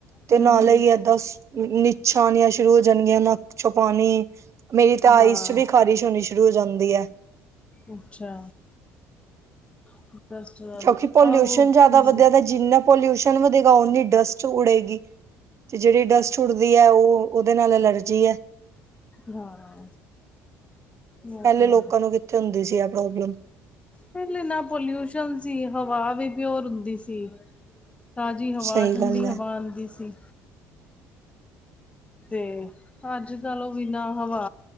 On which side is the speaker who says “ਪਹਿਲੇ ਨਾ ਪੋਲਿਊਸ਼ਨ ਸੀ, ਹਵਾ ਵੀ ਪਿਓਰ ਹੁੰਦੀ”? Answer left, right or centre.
Left